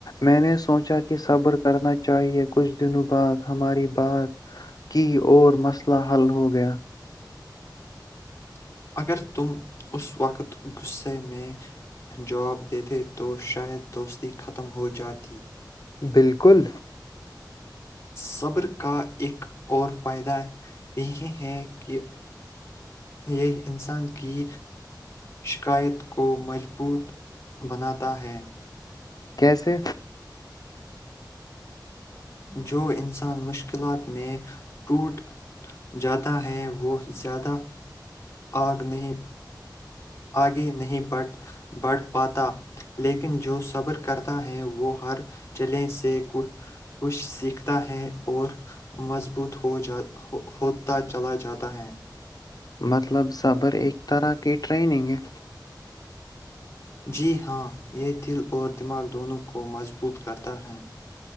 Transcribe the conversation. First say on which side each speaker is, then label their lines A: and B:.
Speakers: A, on the left; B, on the left.
A: میں نے سوچا کہ صبر کرنا چاہیے کچھ دنوں بعد ہماری بات کی اور مسئلہ مسلہ حل ہو گیا
B: <inaudible>
A: بالکل
B: صبر کا ایک اور فائدہ یہ ہے کہ یہ انسان کی شکایت کو مضبوط بناتا ہے
A: کیسے؟
B: جو انس انسان مشکلات میں ٹوٹ جاتا ہے وہ زیادہ آگ نہیں آگے نہیں بڑھ پاتا لیکن جو س صبر کرتا ہے وہ ہر جلے سے کچھ سیکھتا ہے اور مضبوط ہو جا ہوتا چلا جاتا ہے
A: مطلب صبر ایک طرح کی ٹریننگ ہے
B: جی ہاں یہ دل اور دماغ دونوں کو مضبوط کرتا ہے